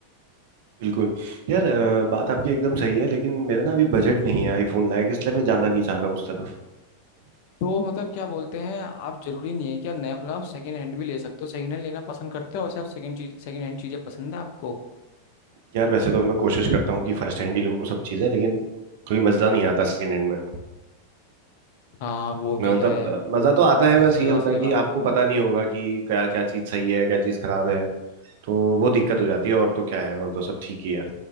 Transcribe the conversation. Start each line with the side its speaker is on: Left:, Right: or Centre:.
Right: बिल्कुल यार अ, बात आपकी एकदम सही है लेकिन मेरा ना अभी बजट नहीं है आईफोन लायक इसलिए मैं जाना नहीं चाह रहा हूँ उस तरफ
Left: तो मतलब क्या बोलते हैं आप जरूरी नहीं है कि आप नया फोन आप सेकंड हैंड भी ले सकते हो सेकंड हैंड लेना पसंद करते हो वैसे आप सेकंड चीज सेकंड हैंड चीजें पसंद है आपको
Right: यार वैसे तो मैं कोशिश करता हूँ कि फर्स्ट हैंड ही लूँ सब चीज़ें लेकिन कोई मज़ा नहीं आता सेकेंड हैंड में
Left: हाँ वो भी
Right: मैं मतलब
Left: है
Right: अ, मज़ा तो आता है
Left: सही
Right: बस ये
Left: बात
Right: होता
Left: सही
Right: है कि
Left: बात
Right: आपको पता नहीं होगा कि क्या क्या चीज़ सही है क्या चीज़ खराब है तो वो दिक्कत हो जाती है और तो क्या है और तो सब ठीक ही है